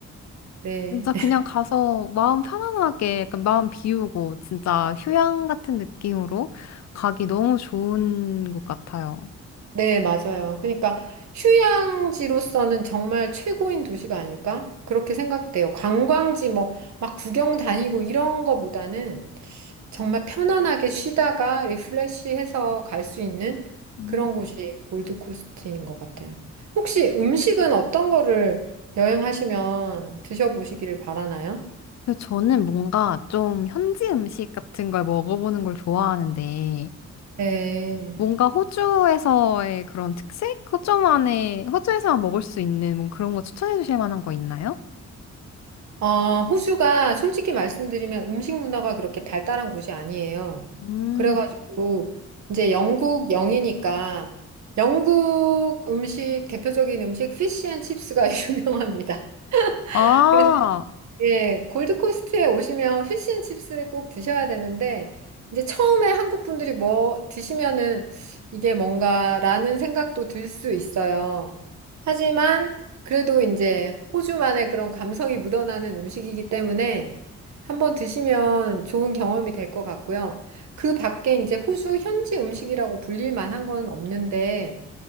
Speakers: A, on the right; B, on the left.
A: 네.
B: 진짜 그냥 가서 마음 편안하게 약간 마음 비우고 진짜 휴양 같은 느낌으로 가기 너무 좋은 것 같아요.
A: 네, 맞아요. 그러니까 휴양지로서는 정말 최고인 도시가 아닐까? 그렇게 생각돼요. 관광지 뭐 막 구경 다니고 이런 거보다는 정말 편안하게 쉬다가 리프레시해서 갈 수 있는
B: 음.
A: 그런 곳이 골드코스트인 것 같아요. 혹시 음식은 어떤 거를 여행하시면 드셔보시기를 바라나요?
B: 근데 저는 뭔가 좀 현지 음식 같은 걸 먹어보는 걸 좋아하는데
A: 네.
B: 뭔가 호주에서의 그런 특색? 호주만의, 호주에서만 먹을 수 있는 뭔 그런 거 추천해 주실 만한 거 있나요?
A: 어, 호주가 솔직히 말씀드리면 음식 문화가 그렇게 발달한 곳이 아니에요.
B: 음,
A: 그래가지고 이제 영국 영이니까 영국 음식 대표적인 음식 피쉬 앤 칩스가 <laughs> 유명합니다.
B: 아,
A: 그래서 예, 골드코스트에 오시면 피시앤칩스를 꼭 드셔야 되는데, 이제 처음에 한국 분들이 뭐 드시면은 이게 뭔가라는 생각도 들 수 있어요. 하지만 그래도 이제 호주만의 그런 감성이 묻어나는 음식이기 때문에 한번 드시면 좋은 경험이 될 것 같고요. 그 밖에 이제 호주 현지 음식이라고 불릴 만한 건 없는데,